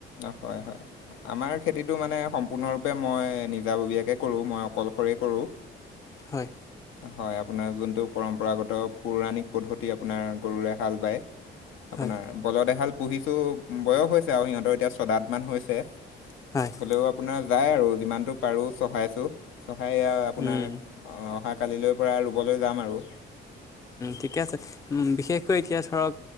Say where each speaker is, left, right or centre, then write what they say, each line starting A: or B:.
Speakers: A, on the left; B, on the left.
A: হয় হয়। আমাৰ খেতিটো মানে সম্পূৰ্ণৰূপে মই নিজাববীয়াকে কৰোঁ, মই অকলশৰে কৰোঁ।
B: হয়।
A: হয়, আপোনাৰ যোনটো পৰম্পৰাগত পৌৰাণিক পদ্ধতি, আপোনাৰ গৰুৰে হাল বায় আপোনাৰ
B: হয়
A: বলদ এহাল পুহিছোঁ, বয়স হৈছে। ছে আৰু সিহঁতৰ এতিয়া ছদাত মান হৈছে।
B: হয়।
A: হ'লেও আপোনাৰ যায় আৰু যিমানটো পাৰোঁ চহাইছোঁ, চহাই আপোনাৰ
B: হয়
A: অহা কালিলৈ পৰা ৰুবলৈ যাম আৰু।
B: ঠিকে আছে। বিশেষকৈ এতিয়া ধৰক